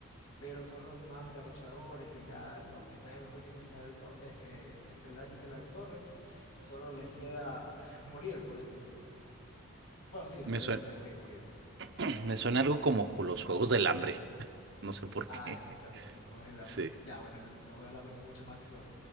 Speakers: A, on the left; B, on the right.
A: pero son los más derrochadores y ya los que están en los últimos escalto- es- eh, espeldaños de la torre, solo les queda <laughs> morir, por así decirlo. Bueno, sí, literalmente,
B: Me suena,
A: morir, morir.
B: <clears throat> me suena algo como ju- los juegos del hambre, no sé por
A: Ah,
B: qué.
A: exactamente,
B: <laughs>
A: los juegos del hambre.
B: Sí.
A: Ya, bueno, el- los juegos del hambre con mucha más acción.